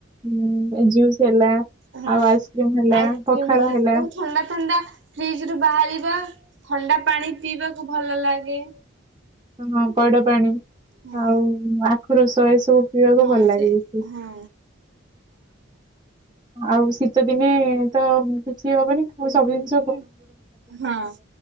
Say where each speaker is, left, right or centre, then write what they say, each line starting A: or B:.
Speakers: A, on the right; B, on the right.
A: ଉଁ ଜୁସ୍ ହେଲା ଆଉ
B: ହଁ
A: ଆଇସ୍କ୍ରିମ ହେଲା
B: ଆଇସ୍କ୍ରିମ
A: ପଖାଳ ହେଲା।
B: ସବୁ ଥଣ୍ଡା ଥଣ୍ଡା। ଫ୍ରିଜରୁ ବାହାରିବା ଥଣ୍ଡା ପାଣି ପିଇବାକୁ ଭଲ ଲାଗେ।
A: ହଁ ପଇଡ଼ ପାଣି
B: ହଁ
A: ଆଉ ଆଖୁ ରସ ଏ ସବୁ ପିଇବାକୁ
B: ହଁ
A: ଭଲ ଲାଗେ
B: ସେ
A: ବେଶୀ।
B: ହଁ
A: ଆଉ ଶୀତ ଦିନେ ତ କିଛି ହବନି ଫୁଣି ସବୁ ଜିନଷ
B: ହୁଁ ହଁ